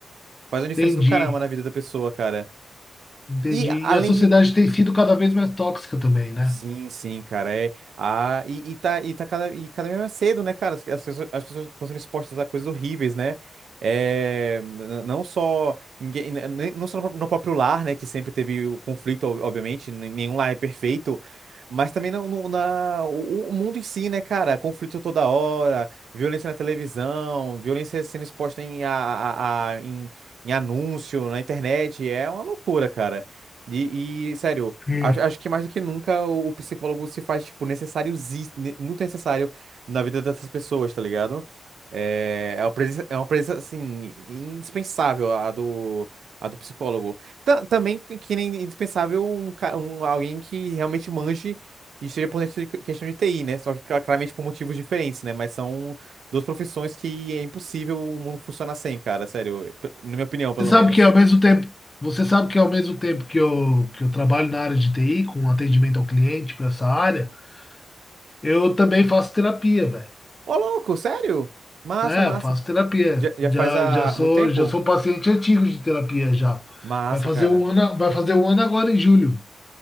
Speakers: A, on the right; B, on the left.
A: faz uma diferença
B: entendi.
A: do caramba na vida da pessoa, cara.
B: Entendi.
A: E além
B: E a sociedade
A: de,
B: tem sido cada vez mais tóxica também, né?
A: Sim, sim, cara. É, ah, e, e, tá, e, tá cada, e cada vez mais cedo, né, cara? As, as pessoas as pessoas estão sendo expostas a coisas horríveis, né? É, n- não só, ninguém, n- nem- não só no pró- no próprio lar, né? Que sempre teve o conflito, ob- obviamente, n- nenhum lar é perfeito, mas também na, no- na, o, o mundo em si, né, cara? Conflito toda hora, violência na televisão, violência sendo exposta em, a, a, a- em, em anúncio, na internet. É uma loucura, cara. E, e, sério.
B: Hum.
A: Acho, acho que mais do que nunca o o psicólogo se faz, tipo, necessário, muito necessário na vida dessas pessoas, tá ligado? É, é uma presença, é uma presença, assim, indispensável a do, a do psicólogo. Ta- também que que nem indispensável um, ca- um- alguém que realmente manje e esteja por dentro de que- questão de TI, né? Só que cla- claramente por motivos diferentes, né? Mas são duas profissões que é impossível o mundo funcionar sem, cara, sério. P- Na minha opinião, pelo
B: Você sabe
A: menos.
B: que ao mesmo tempo, você sabe que ao mesmo tempo que eu, que eu trabalho na área de TI, com atendimento ao cliente para essa área, eu também faço terapia, velho.
A: Ô, louco, sério? Massa,
B: É,
A: massa.
B: faço terapia.
A: Já, já
B: Já,
A: faz há
B: já sou,
A: muito tempo?
B: já sou paciente antigo de terapia já.
A: Massa,
B: Vai fazer
A: cara.
B: um ano, vai fazer um ano agora em julho.